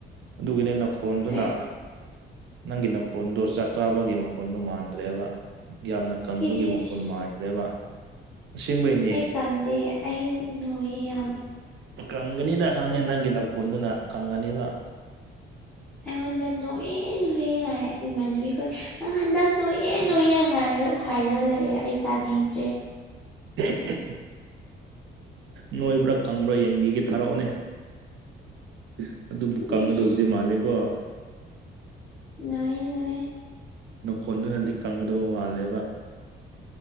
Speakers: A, on the right (about 70°); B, in the centre.
A: ꯑꯗꯨꯒꯤꯅꯦ ꯅꯈꯣꯟꯗꯨꯅ
B: ꯀꯩ
A: ꯅꯪꯒꯤ ꯅꯈꯣꯟꯗꯣ ꯆꯥꯛ ꯆꯥꯕꯒꯤ ꯃꯈꯣꯟꯗꯣ ꯃꯥꯟꯗ꯭ꯔꯦꯕ ꯌꯥꯝꯅ ꯀꯪꯕꯒꯤ
B: ꯏꯁ
A: ꯃꯈꯣꯟ ꯃꯥꯟꯈ꯭ꯔꯦꯕ ꯑꯁꯦꯡꯕꯩꯅꯦ
B: ꯑꯩ ꯀꯪꯗꯦ ꯑꯩ ꯅꯣꯏꯌꯦ ꯌꯥꯝ
A: ꯀꯪꯒꯅꯤꯗ ꯈꯪꯉꯦ ꯅꯪꯒꯤ ꯅꯈꯣꯟꯗꯨꯅ ꯀꯪꯒꯅꯤꯕ
B: ꯑꯩꯉꯣꯟꯗ ꯅꯣꯢꯌꯦ ꯅꯣꯏꯌꯦ ꯍꯥꯏ ꯏꯃꯥꯟꯅꯕꯤꯈꯣꯏ ꯅꯪ ꯍꯟꯗꯛ ꯅꯣꯛꯌꯦ ꯅꯣꯏꯌꯦ ꯍꯥꯢꯔꯒ ꯍꯥꯏꯔꯒ ꯂꯩꯌꯦ ꯑꯩ ꯇꯥꯅꯤꯡꯗ꯭ꯔꯦ
A: <unintelligible> ꯅꯣꯏꯕ꯭ꯔꯥ ꯀꯪꯕ꯭ꯔꯥ ꯌꯦꯡꯕꯤꯒꯦ ꯊꯥꯔꯛꯑꯣꯅꯦ ꯎꯝ ꯑꯗꯨꯕꯨ ꯀꯪꯒꯗꯧꯕꯗꯤ
B: ꯏꯁ
A: ꯃꯥꯜꯂꯦꯀꯣ
B: ꯅꯣꯏꯌꯦ ꯅꯣꯏꯌꯦ
A: ꯅꯈꯣꯟꯗꯨꯅꯗꯤ ꯀꯪꯒꯗꯧꯕ ꯃꯥꯜꯂꯦꯕ